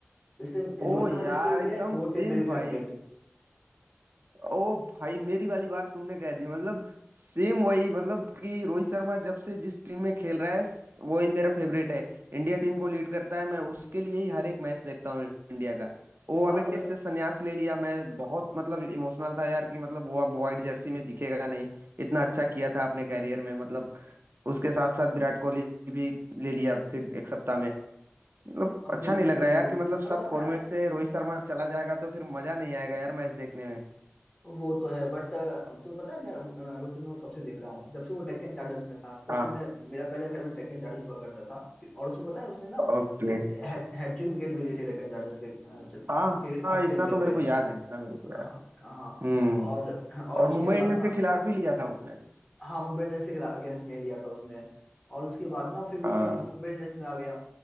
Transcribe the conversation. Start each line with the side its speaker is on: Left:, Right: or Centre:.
Left: इसलिए रोहित
Right: ओ
Left: शर्मा
Right: यार
Left: जिस टीम
Right: एकदम
Left: में वो
Right: सेम
Left: टीम मेरी
Right: भाई
Left: फेवरेट
Right: ओ भाई मेरी वाली बात तुमने कह दी मतलब सेम वही मतलब कि रोहित शर्मा जब से जिस टीम में खेल रहा है स- वही मेरा फेवरेट है इंडिया टीम को लीड करता है मैं उसके लिए ही हर एक मैच देखता हूँ इंडिया का वो
Left: और
Right: अभी टेस्ट से संन्यास ले लिया मैं बहुत मतलब इमोशनल था यार कि मतलब वो अब व्हाइट जर्सी में दिखेगा नहीं इतना अच्छा किया था अपने कैरियर में मतलब उसके साथ साथ विराट कोहली भी ले लिया फिर एक सप्ताह में मतलब
Left: अ,
Right: अच्छा
Left: बिल्कुल
Right: नहीं लग
Left: बिल्कुल
Right: रहा यार कि मतलब
Left: और
Right: सब
Left: पता
Right: फॉर्मेट
Left: है
Right: से रोहित शर्मा चला जाएगा तो फिर मजा नहीं आएगा यार मैच देखने में
Left: वो तो है बट तुम्हें पता है मैं अ, रोहित शर्मा को कब से देख रहा हूँ जब से वो डेक्कन चार्जर्स में था तो इसलिए
Right: हाँ
Left: मैं मेरा पहले फेवरेट डेक्कन चार्जर्स हुआ करता था और उसमें पता है उसने ना
Right: ओके
Left: तीन हैट्रिक विकेट भी ली थी डेक्कन चार्जर्स के, अ, च-
Right: हाँ
Left: के साथ
Right: हाँ इतना
Left: खेलते
Right: तो
Left: हुए
Right: मेरे को याद है इतना मेरे को
Left: हाँ
Right: याद है
Left: हाँ
Right: हम्म
Left: और और
Right: और
Left: उसके
Right: मुंबई
Left: बाद
Right: इंडियंस
Left: ना
Right: के खिलाफ ही लिया था उसने
Left: हाँ मुंबई इंडियंस के अगेंस्ट में ही लिया था उसने और उसके बाद ना फिर वो
Right: हाँ
Left: मुंबई इंडियंस में आ गया